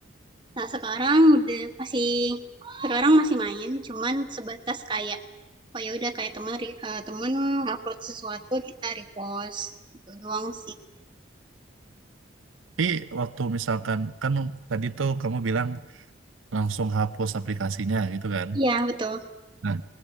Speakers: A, on the right; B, on the right.
A: nah sekarang udah masih sekarang masih main cuman sebatas kayak oh ya udah kayak teman re- eh, teman upload sesuatu kita repost gitu doang sih
B: Tapi waktu misalkan kan tadi tuh kamu bilang langsung hapus aplikasinya gitu kan?
A: Iya betul.
B: Nah,